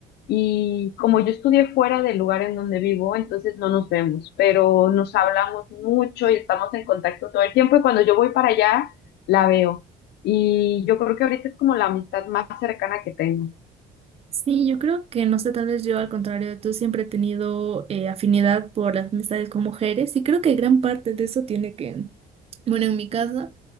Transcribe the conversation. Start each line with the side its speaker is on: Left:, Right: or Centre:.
Left: y como yo estudié fuera del lugar en donde vivo, entonces no nos vemos, pero nos hablamos mucho y estamos en contacto todo el tiempo y cuando yo voy para allá, la veo. Y yo creo que ahorita es como la amistad más cercana que tengo.
Right: Sí, yo creo que, no sé, tal vez yo, al contrario de tú, siempre he tenido eh, afinidad por las amistades con mujeres y creo que gran parte de eso tiene que, bueno, en mi casa.